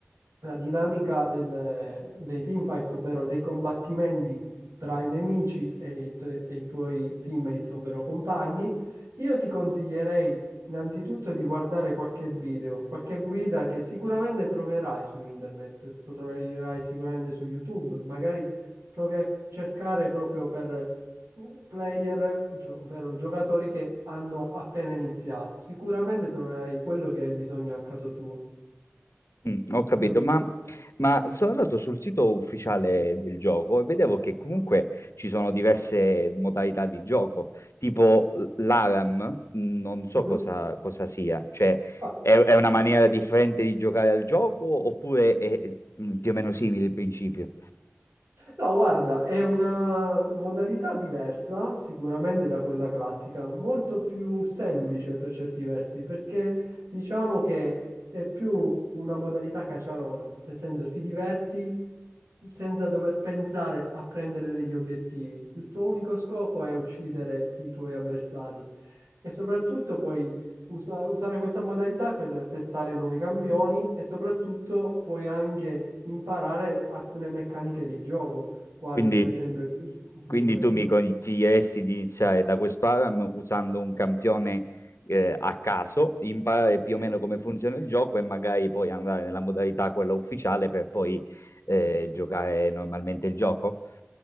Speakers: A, on the right (about 65°); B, on the left (about 70°).
A: la dinamica del- dei teamfight, ovvero dei combattimenti tra i nemici e i, tre- e i tuoi teammates, ovvero compagni, io ti consiglierei innanzitutto di guardare qualche video, qualche guida che sicuramente troverai su internet, lo troverai sicuramente su YouTube, magari provi a cercare proprio per player, gio- ovvero giocatori che hanno appena iniziato. Sicuramente troverai quello che hai bisogno a caso tuo,
B: Mm, ho capito,
A: capito?
B: ma, ma sono andato sul sito ufficiale del gioco e vedevo che comunque
A: Mhm.
B: ci sono diverse modalità di gioco, tipo l- l'ARAM, mm, non so
A: Mhm.
B: cosa, cosa sia, cioè
A: Ah,
B: è, è una maniera differente di giocare al gioco oppure è mm, più o meno simile il principio?
A: No, guarda, è una modalità diversa sicuramente da quella classica, molto più semplice per certi versi, perché diciamo che è più una modalità caciarona, nel senso ti diverti senza dover pensare a prendere degli obiettivi. Il tuo unico scopo è uccidere i tuoi avversari e soprattutto poi usa- usare questa modalità per testare nuovi campioni e soprattutto puoi anche imparare alcune meccaniche di gioco, quali
B: Quindi,
A: per esempio il team,
B: quindi tu
A: dimmi.
B: mi consiglieresti di iniziare da questo ARAM usando un campione eh, a caso, imparare più
A: Sì,
B: o meno come funziona il gioco e magari poi andare nella modalità quella ufficiale per poi eh,
A: certo.
B: giocare normalmente il gioco?